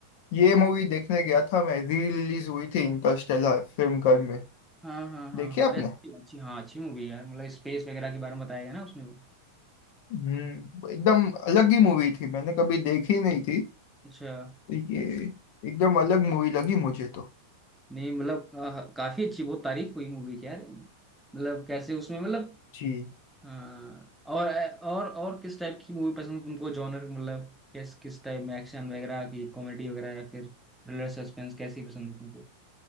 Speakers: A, on the left; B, in the centre.
A: ये मूवी देखने गया था मैं री रिलीज हुई थी इंटरस्टेलर फिल्म घर में
B: हाँ हाँ हाँ
A: देखी
B: हाँ
A: आपने
B: अरे अच्छी अच्छी हाँ अच्छी मूवी है यार मतलब स्पेस वगैरह के बारे में बताया गया ना उसमें वो।
A: हम्म एकदम अलग ही मूवी थी मैंने कभी देखी नहीं थी
B: अच्छा
A: ये एकदम अलग मूवी लगी मुझे तो
B: नहीं मतलब अ, काफी अच्छी बहुत तारीफ हुई मूवी की यार मतलब कैसे उसमें मतलब
A: जी
B: हाँ और और और किस टाइप की मूवी पसंद तुमको जॉनर मतलब किस किस टाइप में एक्शन वगैरह की कॉमेडी वगैरह या फिर थ्रिलर सस्पेंस कैसी पसंद है तुमको